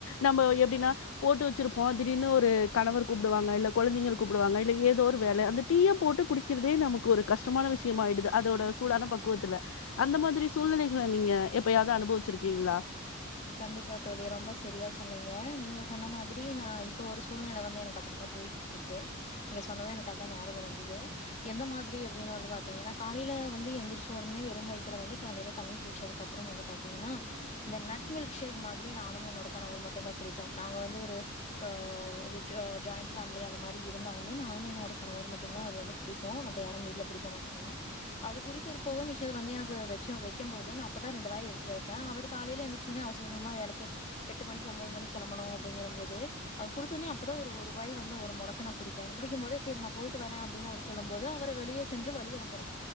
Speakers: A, on the left; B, on the left.
A: நம்ம எப்டின்னா போட்டு வச்சிருப்போ திடீர்னு ஒரு கணவர் கூப்டுவாங்க இல்ல கொழந்தைங்கள் கூப்டுவாங்க இல்ல ஏதோ ஒரு வேல அந்த டீய போட்டு குடிக்கிறதே நமக்கு ஒரு கஷ்டமான விசயமா ஆயிடுது அதோட சூடான பக்குவத்துல அந்த மாதிரி சூழ்நிலைகள நீங்க எப்பயாவது அனுபவிச்சிருக்கீங்களா
B: கண்டிப்பா தோழி ரொம்ப செரியா சொன்னீங்க நீங்க சொன்ன மாதிரி நா இப்ப ஒரு சூழ்நில வந்து எனக்கு அப்டித்தா போய்க்கிட்டு இருக்கு நீங்க சொன்னது எனக்கு அதா ஞாபகம் வந்துது எந்த மாதிரி அப்டின்னு வந்து பாத்தீங்கன்னா காலயில வந்து எந்திரிச்ச உடனே வெறும் வயித்துல வந்து காலயில தண்ணி குளிச்சதுக்குப்புறோ வந்து பாத்தீங்கன்னா இந்த நட் மில்க் ஷேக் மாதிரி நானும் என்னோட கணவர் மட்டும்தா குடிப்போம் நாங்க வந்து ஒரு ஆ அ ஒரு ஜா ஜாயின் ஃபேமிலி அந்த மாரி இருந்தாலுமே நானும் என்னோட கணவர் மட்டும்தா அது வந்து குடிப்போ மத்த யாரும் வீட்ல குடிக்க மாட்டாங்க அவரு குடித்தது போக மிச்சது வந்து எனக்கு வச்ச வைக்கும் போது நா அப்பதா ரெண்டு வாய் எடுத்து வைப்பே அவர் காலயில எந்திரிச் வெச்சவுனே அவசர அவசரமா வேலைக்கு எட்டு மணிக்கு ஒம்போது மணிக்கு கெளம்பணு அப்டிங்கறம் போது அவருக் குடுத்த உடனே அப்பதா ஒரு ஒரு வாய் வந்து ஒரு மொடக்கு நா குடிப்பே குடிக்கும் போதே செரி நா போயிட்டு வர அப்டினு அவர் சொல்லும் போது அவர வெளியே சென்று வழி அனுப்பனு